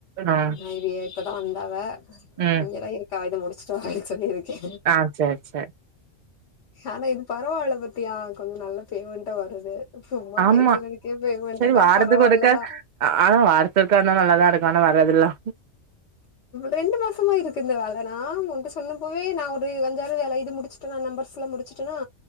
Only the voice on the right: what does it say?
ஆ
ம்
ஆ சேர் சேர்
ஆமா
சரி வாரத்துக்கு
ஒருக்க ஆனா வாரத்து ஒருக்கா வந்தா நல்லாதா இருக்கு ஆனா வராதுல்லா